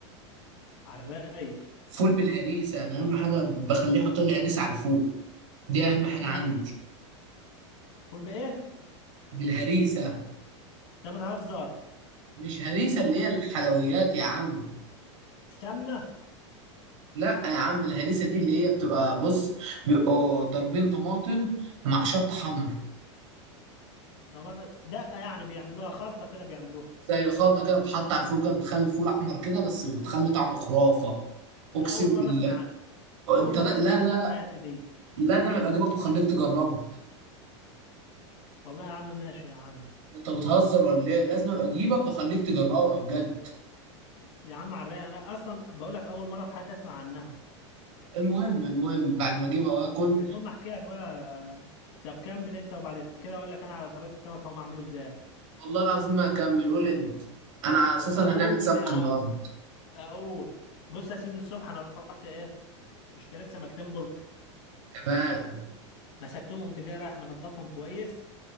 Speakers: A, on the left; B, on the right.
A: على الرايق
B: فول بالهريسه انا اهم حاجه بخليه يحط لي هريسه على الفول دي اهم حاجه
A: مم.
B: عندي
A: فول بايه
B: بالهريسه
A: انت بتهزر
B: مش هريسه اللي هي الحلويات يا عم
A: سمنه
B: لا يا عم الهريسه دي اللي هي بتبقى بص بيبقوا ضاربين طماطم مع شطه حمر
A: طب هت- دقه يعني بيعملوها خلطه كده بيعملوها
B: زي خلطه كده بتحط على الفول كده بتخلي الفول احمر كده بس بتخلي طعمه خرافه اقسم
A: انا اول مره
B: بالله
A: اسمع اول
B: انت
A: مره
B: لا
A: اسمع
B: لا
A: عنها
B: لا
A: في حياتي دي
B: لا ده انا ابقى اجيبك واخليك تجربها
A: والله يا عم ماشي يا عم
B: انت بتهزر ولا ايه لازم ابقى اجيبك واخليك تجربها بجد
A: يا عم على الرايق انا اصلا بقول لك اول مره في حياتي اسمع عنها
B: المهم المهم بعد ما اجيبها واكل
A: المهم احكي لك بقى طب كمل انت وبعد كده اقول لك انا على طريقه السمك هم عملوه ازاي
B: والله العظيم ما هكمل قول انت انا اساسا
A: اقول
B: هنعمل سمك
A: يا عم
B: النهارده
A: اقول بص يا سيدي الصبح انا رحت ايه اشتريت سمكتين بلطي
B: تمام
A: مسكتهم قمت جاي رايح منضفهم كويس